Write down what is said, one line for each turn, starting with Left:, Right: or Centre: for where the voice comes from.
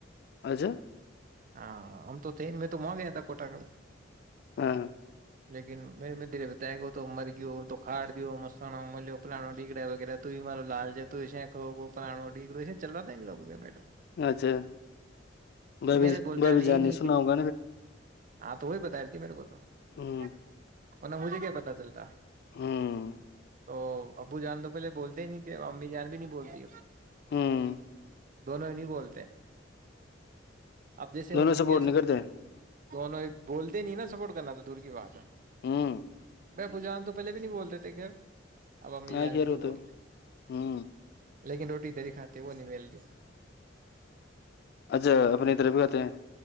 Left: اچھا
Right: ہاں ہم تو تین میں توگے تھا کوٹا گ <unintelligible>
Left: ہوں <unintelligible>
Right: لیکن مے د بتاائے گ تو مر گی تو کھڑ دی پانو ڈگڑا وغیرہ تو بھی مارو لال جا ش پلانو ڈگڑو چلتا تھا لووں کے بیٹ <unintelligible>
Left: اچھا میں بھی
Right: نے بول
Left: میں
Right: چال
Left: بھی
Right: ہی
Left: جانانی
Right: نہیں
Left: سناؤ
Right: تھی،
Left: گا
Right: ہاں تو وہ بتاائی تھی میرے کو تو
Left: ہوں
Right: مجھے کیا پتاہ چلتا
Left: ہوں
Right: تو ابو جان تو پہے بولتے ہی نہیں تھے ا امی جان بھی نہیں بولتی
Left: ہوں
Right: دونوں ہی نہیں بولتے اب جیسے ان
Left: دونوں
Right: کی
Left: سپورٹ
Right: کہہ
Left: نہیں
Right: سکتے
Left: کرتے
Right: دونوں ہی بولتے نہیں نا سپورٹ کرنا تو دور کی بات ہے
Left: ہوں
Right: ابو جان تو پہلے بھی نہیں بھولتے تھے خیر اب امی
Left: ہا
Right: جان
Left: خیر
Right: بھی نہیں
Left: وہ
Right: بولتے
Left: تو ہے
Right: لیکن روٹی تری کھاتی وہ نہیں ملتی
Left: اچھا اپنی ا طر بھی ہوتے ہیں